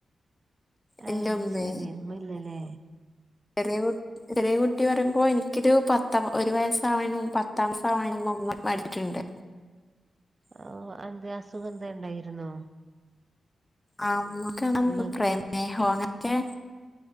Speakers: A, on the right (about 40°); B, on the left (about 20°).
A: ആഹ്
B: എന്റെ ഉമ്മേ
A: ശരി ഇമ്മയില്ലല്ലേ
B: ചെറിയ കു ചെറിയ കുട്ടി പറയുമ്പോ എനിക്കൊരു പത്ത ഒരു വയസ്സ് ആവണേന് മുമ്പ് പത് ത്താംസം <unintelligible> മരിച്ചിട്ടുണ്ട്
A: ഓഹ് അന്ത് അസുകെന്തേണ്ടായിരുന്നോ
B: ആഹ് ഉമ്മക്കാണെ
A: ഉമ്മക്ക്
B: പ്രമേഹോ അതൊക്കെ